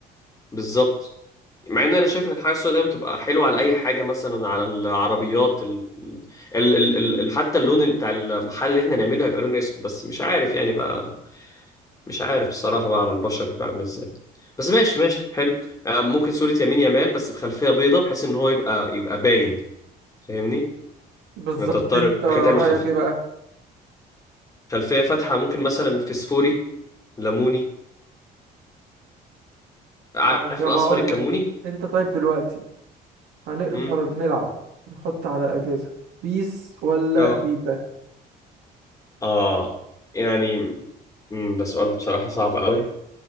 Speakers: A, on the left (about 20°); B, on the right (about 85°).
A: بالظبط مع ان انا شايف ان الحاجه السوداء دايما بتبقى حلوه على اي حاجه مثلا على العربيات ال... ال... ال... ال... حتى اللون اللي بتاع المحل اللي احنا نعمله هيبقى لون اسود بس مش عارف يعني بقى مش عارف الصراحة بقى على البشر بيبقى عامل ازاي بس ماشي ماشي حلو آه، ممكن صورة يمين يمال بس بخلفية بيضة بحيث ان هو يبقى يبقى باين فاهمني
B: بالظبط
A: يعني انت تضطر
B: انت رأيك
A: كده تعمل خلفية
B: ايه بقى
A: خلفية فاتحة ممكن مثلا فسفوري ليموني عارف
B: فاهمك طب
A: الأصفر
B: هقول
A: الكموني
B: لك انت طيب دلوقتي هنقدر
A: امم
B: نلعب نحط على الأجهزة بيس ولا
A: اه
B: فيفا
A: اه يعني امم ده سؤال بصراحة صعب قوي